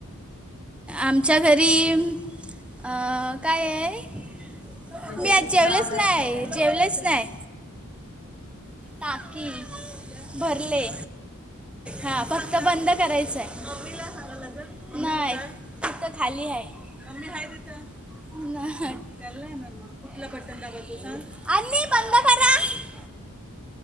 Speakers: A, in the centre; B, on the left.
A: आमच्या घरी अ काय आहे
B: म्हणजे
A: मी आज जेवलेच
B: डॉग आहेत
A: नाही
B: का काय काय?
A: जेवलंच नाही टाकि भरले हां फक्त बंद करायचं आहे नाही तिथं खाली आहे तिथ त्याला आहेणार म कुठला पचन लावतो सांग आणि पंग खरा <unintelligible>